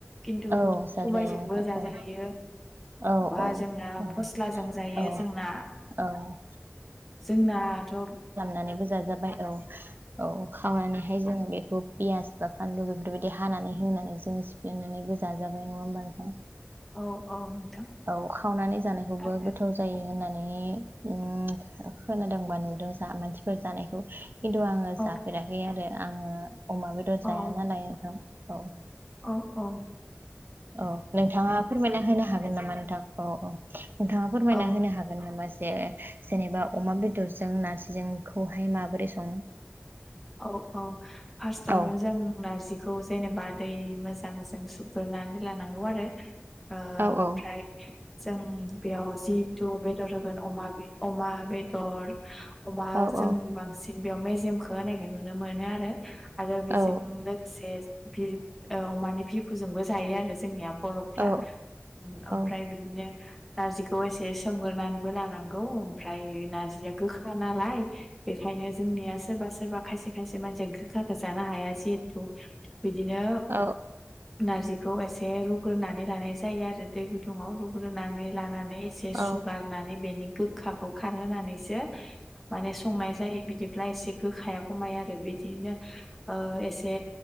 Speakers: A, in the centre; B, on the right.
A: खिन्थु
B: औ जाजायो
A: सबायजोंबो
B: नोंथां
A: जाजायो
B: औ औ
A: बा
B: औ
A: जोंना
B: औ
A: फस्लाजों जायो
B: औ
A: जोंना
B: औ
A: जोंनाथ'
B: नानै जाजाबाय औ औ खावनानैहाय जो बेखौ पियास बा बानलु बेफोरबायदि हानानै होनानै जोङो सिफ्लेनानैबो जाजाबाय नङा होमबा नोंथां
A: औ औ
B: औ खावनानै जानायखौबो
A: आरो
B: गोथाव जायो होननानै नै उम खोनादोंबा नुदों जा मानसिफोर जानायखौ खिन्थु आङो जाफेराखै
A: औ
B: आरो आङो अमा बेदर जाया
A: औ
B: नालाय ओं औ
A: अ अ
B: औ नोंथाङा फोरमायना होनो हागोन नामा नोंथां अ अ नोंथाङा फोरमायना
A: औ
B: होनो हागोन नामा जे जेनेबा अमा बेदरजों नारजिजोंखौहाय माबोरै सङो?
A: औ औ फार्स्टआवनो
B: औ
A: जों नारजिखौ जेनेबा दै मो जांजों सुग्रनानै लानांगौ आरो ओ
B: औ
A: ओमफ्राय
B: औ
A: जों बेयाव जिथु बेदर होगोन अमा अमा बेदर अमा
B: औ
A: जों
B: औ
A: बांसिन बेयाव मेजेमखौ होनायखौ नुनो मोनो आरो आरो बेजों
B: औ
A: लोगोसे बिब अमानि बिबुजोंबो जायो आरो जोंनिया बर'फ्रा
B: औ
A: ओमफ्राय
B: औ
A: बिदिनो नार्जिखौ एसे सोमगोरनानैबो लानांगौ ओमफ्राय नारजिया गोखा नालाय। बेखायनो जोंनिया सोरबा सोरबा खायसे खायसे मानसिया गोखाखो जानो हाया जिहेथु। बिदिनो
B: औ
A: नारजिखौ एसे रुग्रोनानै लानाय जायो आरो दै गुदुङाव रुग्रोनानै लानानै एसे
B: औ
A: सुगारनानै बेनि गो खाखौ खारहोनानैसो माने संनाय जायो बिदिब्ला एसे गोखाया खमायो आरो बिदिनो ओ एसे